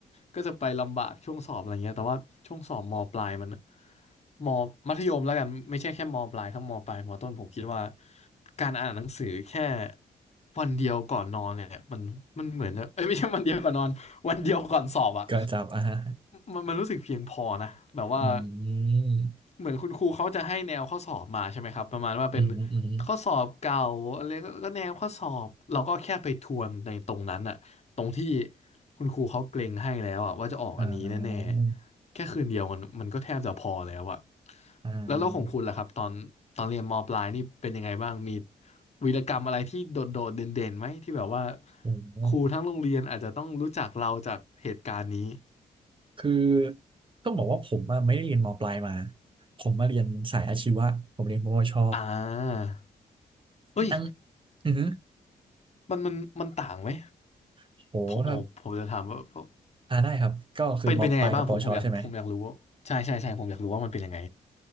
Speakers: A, on the left; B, on the right.
A: ก็จะไปลำบากช่วงสอบอะไรเงี้ยแต่ว่าช่วงสอบมปลายมันมมัธยมแล้วกันไม่ใช่แค่มปลายทั้งมปลายมต้นผมคิดว่าการอ่านหนังสือแค่วันเดียวก่อนนอนเนี่ยมันมันเหมือนจะเอ้ยไม่ใช่วันเดียวก่อนนอน <laughs> วันเดียวก่อนสอบอ่ะ
B: <laughs> ก็จับอ่ะฮะ
A: มันมันรู้สึกเพียงพอนะแบบว่า
B: อืม
A: เหมือนคุณครูเขาจะให้แนวข้อสอบมาใช่ไหมครับประมาณว่าเป็น
B: อืมอืม
A: ข้อสอบเก่าอะไรก็ก็แนวข้อสอบเราก็แค่ไปทวนในตรงนั้นอะตรงที่คุณครูเขาเกรงให้แล้วอะว่าจะออกอันนี้แน่ๆแค่คืนเดียวมันมันก็แทบจะพอแล้วอะ
B: อ่าอ่า
A: แล้วแล้วของคุณล่ะครับตอนตอนเรียนมปลายนี่เป็นยังไงบ้างมีวีรกรรมอะไรที่โดดโดดเด่นๆไหมที่แบบว่า
B: โอ้โห
A: ครูทั้งโรงเรียนอาจจะต้องรู้จักเราจากเหตุการณ์นี้
B: คือต้องบอกว่าผมอะไม่ได้เรียนมปลายมาผมมาเรียนสายอาชีวะผมเรียนปวช
A: อ่าเอ้ย
B: ตั้งอือหื
A: มันมันมันต่างไหม
B: อโหครับ
A: ผมอ๋อผมจะถามว่าว่า
B: อ่าได้ครับก็คือมปลายกับปวชใช่ไหม
A: เป็นเป็นยังไงบ้างผมผมอยากผมอยากรู้ว่าใช่ใช่ใช่ผมอยากรู้ว่ามันเป็นยังไง